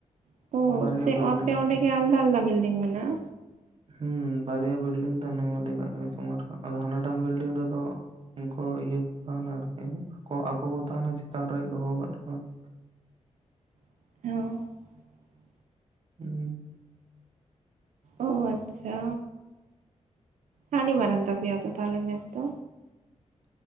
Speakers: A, on the right; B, on the right.
A: <unintelligible>
B: ᱵᱟᱨᱭᱟ ᱵᱤᱞᱰᱤᱝ
A: <unintelligible> ᱟᱯᱮ ᱚᱸᱰᱮ
B: ᱛᱮ
A: ᱜᱮ ᱟᱞᱫᱟ ᱟᱞᱫᱟ ᱵᱤᱞᱰᱤᱝ ᱢᱮᱱᱟᱜᱼᱟ?
B: ᱦᱩᱸ ᱵᱟᱨᱭᱟ <unintelligible> <unintelligible> <unintelligible> <unintelligible> <unintelligible> <unintelligible> ᱨᱮ ᱫᱮ ᱩᱱᱠᱩ ᱤᱭᱟᱹ ᱠᱚ ᱛᱟᱦᱮᱱᱟ ᱟᱨᱠᱤ ᱟᱠᱚ ᱟᱠᱚ ᱠᱚ ᱛᱟᱦᱮᱱᱟ ᱪᱮᱛᱟᱱ ᱨᱮ ᱫᱚᱦᱚ ᱟᱠᱟᱫ ᱠᱚᱣᱟ <unintelligible>
A: <unintelligible>
B: <unintelligible>
A: ᱳ ᱟᱪᱪᱷᱟ ᱟᱹᱰᱤ ᱢᱟᱨᱟᱝ ᱛᱟᱯᱮᱭᱟ ᱛᱚ ᱢᱮᱥ ᱫᱚ,